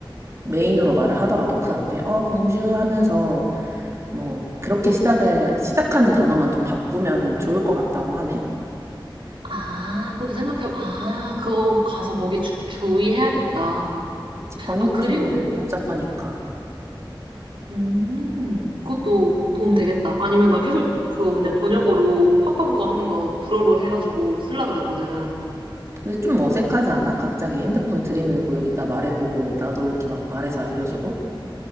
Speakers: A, on the right (about 35°); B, on the right (about 75°).
A: 메인으로 말을 하더라도 그 앞에, 어, 봉주 하면서 뭐, 그렇게 시작을, 시작하는 단어만 좀 바꾸면 좋을 것 같다고 하네.
B: 아, 그것도 생각해. 아, 그거 가서 거기 주, 주의해야겠다.
A: 그치, 번역기는
B: 아, 그리고,
A: 복잡하니까.
B: 음, 그것도 도움 되겠다. 아니면 나 계속 그거 그냥 번역어로 파파고가 하는 거 불어로 해가지고 쓸라 그랬거든.
A: 근데 좀 어색하지 않아? 갑자기 핸드폰 들이밀고 여기다 말해보고 나도 이렇게 막 말해서 알려주고?